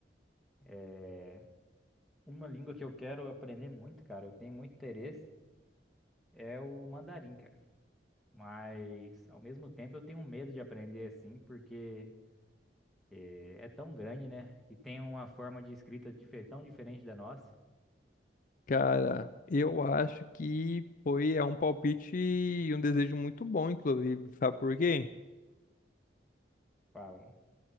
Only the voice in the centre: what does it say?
É uma língua que eu quero aprender muito, cara. Eu tenho muito interesse. é o mandarim, cara. Mas ao mesmo tempo eu tenho medo de aprender assim, porque eh, é, tão grande, né? E tem uma forma de escrita dife- tão diferente da nossa.
Falam.